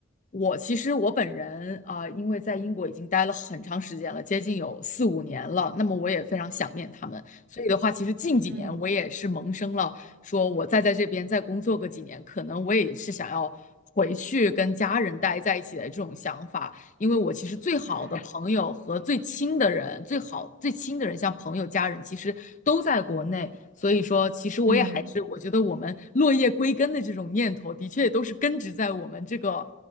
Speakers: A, on the left; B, on the right.
A: 我其实我本人啊、呃因为在英国已经待了很长时间了，接近有四五年了，那么我也非常想念他们，所以的话，其实近几年我也是萌生了说，
B: 嗯
A: 我再在这边再工作个几年，可能我也是想要回去跟家人待在一起的这种想法。因为我其实最好的朋友和最亲的人，
B: 嗯
A: 最好最亲的人，像朋友、家人，其实都在国内。所以说，其实我也还是，
B: 嗯
A: 我觉得我们落叶归根的这种念头，的确也都是根植在我们这个，